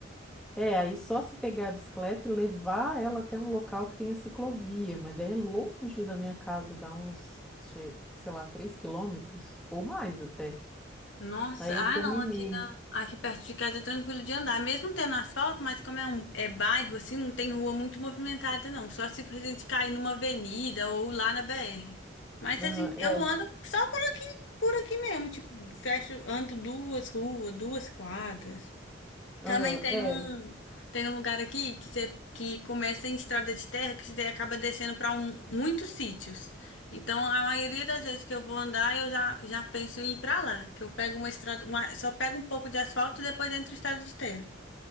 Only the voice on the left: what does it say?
Nossa,
ah
não, aqui na, aqui perto de casa é tranquilo de andar, mesmo tendo asfalto, mas como é um é bairro assim, não tem rua muito movimentada não, só se a gente cair numa avenida ou lá na BR. Mas
a gente eu
ando só por aqui, por aqui mesmo, tipo, fecho, ando duas ruas, duas quadras.
Também tem
um, tem um lugar aqui que você que começa em estrada de terra que você acaba descendo para muitos sítios. Então, a maioria das vezes que eu vou andar, eu já, já penso em ir para lá, que eu pego uma estrada, uma- só pego um pouco de asfalto e depois entro em estrada de terra.